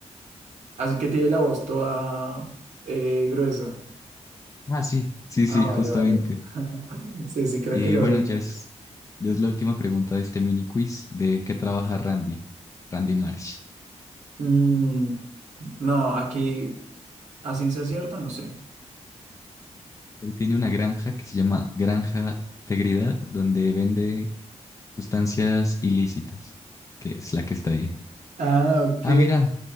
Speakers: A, on the right; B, on the left.
A: Así que tiene la voz toda eh, gruesa.
B: Ah, sí, sí,
A: Ah,
B: sí,
A: vale,
B: justamente.
A: vale. <laughs> Sí, sí, creo
B: Y
A: que lo
B: bueno,
A: vi.
B: ya es, ya es la última pregunta de este mini quiz de qué trabaja Randy, Randy Marsh.
A: Mm, no, aquí a ciencia cierta no sé.
B: Él tiene una granja que se llama Granja Tegridad, donde vende sustancias ilícitas, que es la que está ahí.
A: Ah, ok.
B: Ah, mira,